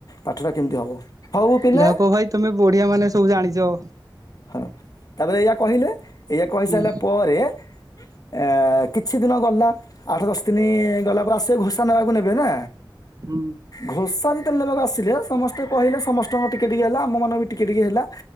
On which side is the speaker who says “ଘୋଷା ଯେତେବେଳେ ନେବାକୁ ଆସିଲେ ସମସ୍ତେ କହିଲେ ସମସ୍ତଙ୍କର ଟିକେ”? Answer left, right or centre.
Left